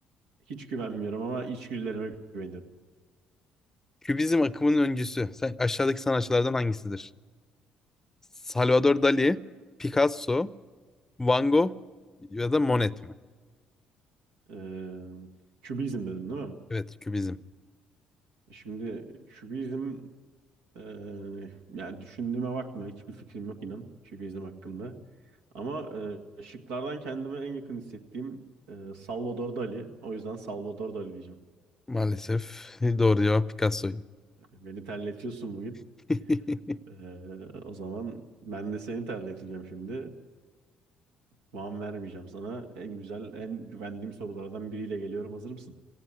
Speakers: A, on the right; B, on the left.
A: Hiç güvenmiyorum ama içgüdülerime güveniyorum.
B: Kübizm akımının öncüsü. Sen, aşağıdaki sanatçılardan hangisidir? Salvador Dali, Picasso, Van Gogh ya da Monet mi?
A: Ee, kübizm dedin değil mi?
B: Evet, kübizm.
A: Şimdi kübizm e, yani düşündüğüme bakma hiçbir fikrim yok inan kübizm hakkında. Ama e, şıklardan kendime en yakın hissettiğim e, Salvador Dali. O yüzden Salvador Dali diyeceğim.
B: Maalesef <laughs> doğru cevap Picasso'ydu.
A: Yani Beni terletiyorsun bugün.
B: <laughs>
A: E, o zaman ben de seni terleteceğim şimdi. Puan vermeyeceğim sana. En güzel, en güvendiğim sorulardan biriyle geliyorum. Hazır mısın?